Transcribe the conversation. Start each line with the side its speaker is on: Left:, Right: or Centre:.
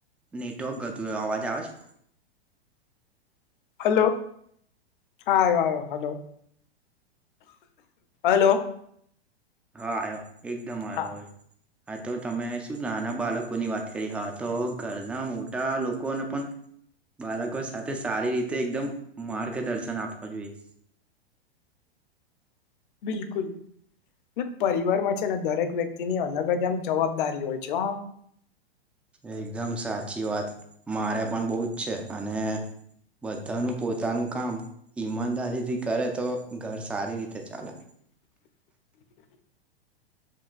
Centre: નેટવર્ક ગતું અવાજ આવે છે.
Left: હલો હા આયો આયો હલો હલો.
Centre: હા આવ્યો એકદમ આવ્યો
Left: હા
Centre: હા તો તમે શું નાના બાળકોની વાત કરી હા તો ઘરના મોટા લોકોને પણ બાળકો સાથે સારી રીતે એકદમ માર્ગદર્શન આપવા જોઈએ.
Left: બિલકુલ ને પરિવારમાં છે ને દરેક વ્યક્તિની અલગ જ એમ જવાબદારી હોય છે હ.
Centre: એકદમ સાચી વાત મારે પણ બહુ જ છે અને બધાનું પોતાનું કામ ઈમાનદારીથી કરે તો ઘર સારી રીતે ચાલે.
Left: <inaudible>